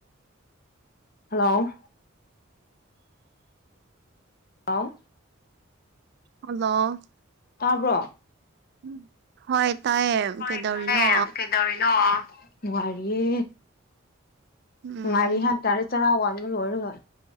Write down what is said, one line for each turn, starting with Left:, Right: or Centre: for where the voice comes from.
Left: ꯍꯜꯂꯣ ꯑꯥꯎ
Right: ꯍꯜꯂꯣ
Left: ꯇꯥꯕ꯭ꯔꯣ
Right: ꯎꯝ ꯍꯣꯏ ꯇꯥꯏꯌꯦ
Left: ꯍꯣꯏ
Right: ꯀꯩꯗꯧꯔꯤꯅꯣ
Left: ꯇꯥꯏꯌꯦ ꯀꯩꯗꯧꯔꯤꯅꯣ ꯉꯔꯤꯌꯦ
Right: ꯎꯝ
Left: ꯉꯔꯤ ꯍꯥ ꯇꯔꯦ ꯆꯔ ꯋꯥꯃꯜ ꯑꯣꯏꯔꯒ